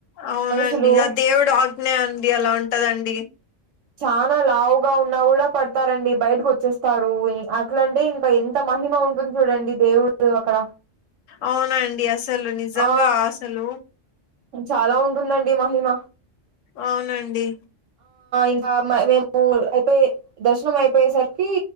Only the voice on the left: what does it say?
అవునండి
ఆ దేవుడు ఆగ్నే అండి అలా ఉంటదండి
అవునండి అసలు నిజంగా
అసలు
అవునండి